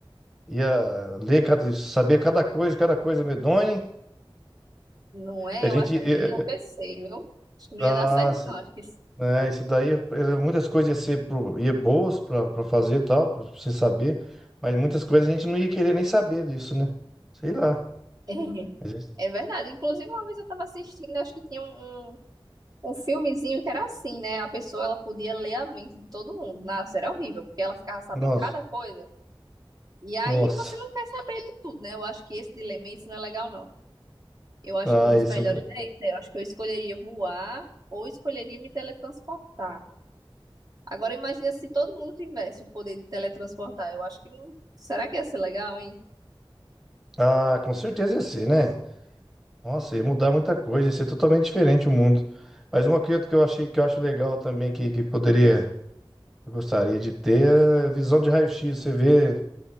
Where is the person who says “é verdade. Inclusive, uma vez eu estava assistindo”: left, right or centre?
Right